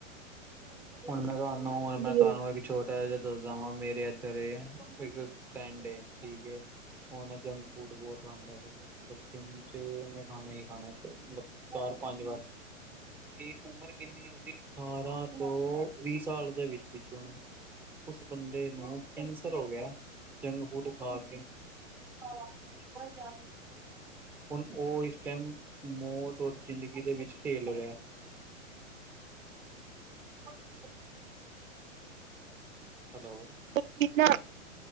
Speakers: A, in the centre; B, on the right (about 80°).
A: ਹੁਣ ਮੈਂ ਤੁਹਾਨੂੰ, ਹੁਣ ਮੈਂ
B: ਹੈ।
A: ਤੁਹਾਨੂੰ ਐਹ ਵੀ ਛੋਟਾ ਜਿਹਾ <unintelligible> ਵਾਂ, ਮੇਰੇ ਐਦਰ ਏ ਇੱਕ ਫਰੈਂਡ ਏ, ਠੀਕ ਏ ਓਹ ਨਾ ਜੰਕ ਫੂਡ ਬੋਤ ਖਾਂਦਾ ਸੀਗਾ ਮਤਲਬ ਦਿਨ ਚ ਓਹਨੇ ਖਾਣਾ ਹੀ ਖਾਣਾ ਮਤਲਬ ਚਾਰ ਪੰਜ ਵਾਰ ਠੀਕ ਉਮਰ ਕਿੰਨੀ ਏ ਓਹਦੀ? ਅਠਾਰਾਂ ਤੋਂ ਵੀਹ ਸਾਲ ਦੇ ਵਿੱਚ ਵਿੱਚ ਹੋਨੀ। ਉਸ ਬੰਦੇ ਨੂੰ ਕੈਂਸਰ ਹੋ ਗਿਆ ਜੰਕ ਫੂਡ ਖਾ ਕੇ‌। ਹਾਂ ਇਕ ਇਕ <inaudible> ਜਾਨ ਹੁੰਦੈ। ਹੁਨ ਓਹ ਇਸ ਟਾਈਮ ਮੌਤ ਹੋਰ ਜਿੰਦਗੀ ਦੇ ਵਿੱਚ ਖੇਲ ਰਿਐ ਪੜ੍ਹਦੀ ਏ <unintelligible> ਹੈਲੋ
B: ਓਹ ਕੀ ਨਾ,